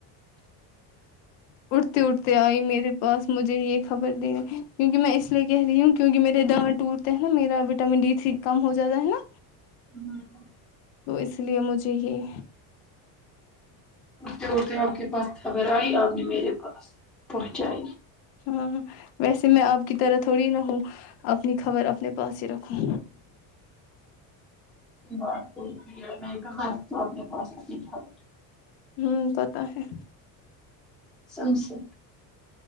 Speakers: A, on the left (about 65°); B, in the centre.
A: اٹھتے اٹھتے آئی میرے پاس مجھے یہ خبر دینے کیونکہ میں اس لیے کہہ رہی ہوں کیونکہ میرے دانت ٹوٹتے ہے نا میرا وٹامن ڈی تری کم ہو جاتا ہے نا
B: ہوں
A: تو اس لیے مجھے یہ
B: اڑتے اڑتے آپ کے پاس خبر آئی آپ نے میرے پاس پہنچائی
A: ہاں ویسے میں آپ کی طرح تھوڑی نہ ہوں اپنی خبر اپنے پاس ہی رکھوں
B: بات تو ایک ہی ہےمیں کہا آپکے پاس آکے جھانکتی
A: ھمم پتا ہے
B: سم سے